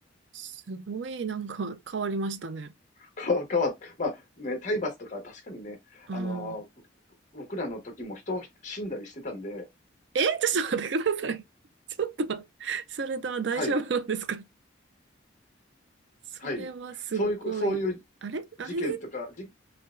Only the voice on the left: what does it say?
か、<laughs> かわ、まあね、体罰とか確かにね、
あのー僕らの時も人死んだりしてたんで、
はい、
はい。そういうこ、そういう
事件とか、じ